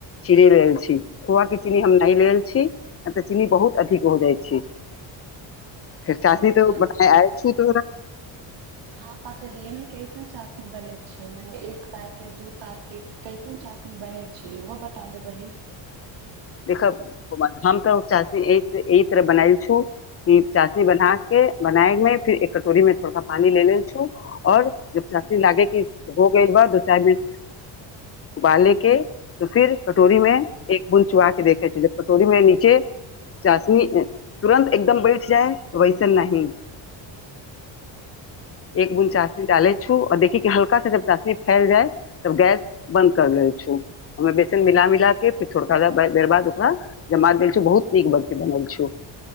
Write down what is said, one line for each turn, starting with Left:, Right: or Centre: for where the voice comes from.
Left: चीनी लेल छी, खोआ के चीनी हम नय लेल छी तऽ चीनी बहुत अधिक हो जाइ छी फेर
Right: अच्छा
Left: चासनी
Right: अच्छा
Left: तो बनाय आय छी तो
Right: हँ पाकी रेमे कैसन चासनी बनैत छै मने एक तारके, दू तारके? कैसन चाशनी बनै छै ओहो बता देबहि
Left: <unintelligible> <unintelligible> <unintelligible> उबाल ले के तऽ फिर कटोरी मे एक बूंद चुआ के देखै छै जे <unintelligible> <unintelligible> <inaudible> <unintelligible> <unintelligible> <unintelligible>